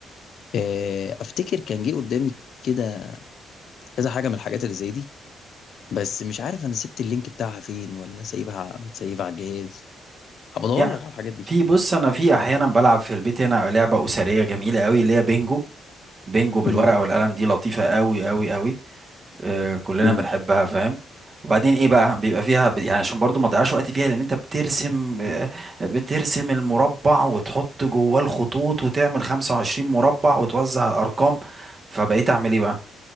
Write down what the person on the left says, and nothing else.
آه، افتكر كان جه قدامي كده كذا حاجة من الحاجات اللي زي دي بس مش عارف انا سبت اللينك بتاعها فين ولا سايبها متسيبها على الجهاز هبدور
لك على الحاجات دي
مم.
مم.